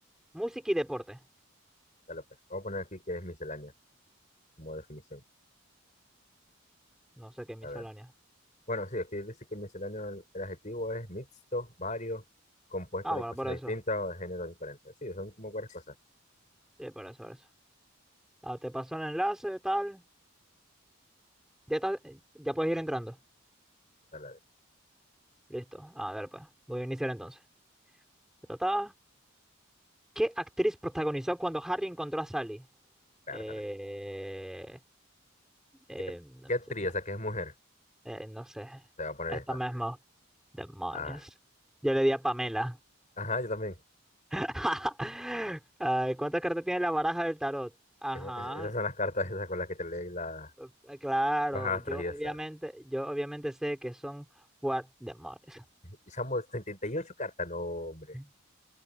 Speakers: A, in the centre; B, on the left (about 35°).
A: Música y deporte.
B: Dale, pues. Vamos a poner aquí que es miscelánea, como definición.
A: No sé qué
B: A
A: miscelánea.
B: ver. Bueno, sí, aquí dice que miscelánea el adjetivo es mixto, varios, compuesto
A: Ah,
B: de
A: bueno,
B: cosas
A: por eso.
B: distintas o de géneros diferentes. Sí, son como varias cosas.
A: Sí, por eso, por eso. Ah, te pasó el enlace, tal. Ya estás- ya puedes ir entrando.
B: Dale, dale.
A: Listo. A ver, pues. Voy a iniciar entonces. Ta, ta, ta. ¿Qué actriz protagonizó cuando Harry encontró a Sally?
B: Pértale.
A: Eh, eh,
B: ¿Qué,
A: no
B: qué tri?
A: sé.
B: O sea, que es mujer.
A: eh, no sé.
B: Te va a poner
A: Esta
B: esta.
A: misma. Demonios.
B: Ah,
A: Yo le di a Pamela.
B: ajá, yo también.
A: <laughs> Ay, ¿cuántas cartas tiene la baraja del tarot? Ajá,
B: Esa- es- esas son las cartas esas con las que te leí la,
A: eh, claro,
B: los astros
A: yo
B: y
A: obviamente,
B: esas.
A: yo obviamente sé que son cuatro demonios.
B: Y chamo, 78 cartas, no, hombre.
A: <laughs>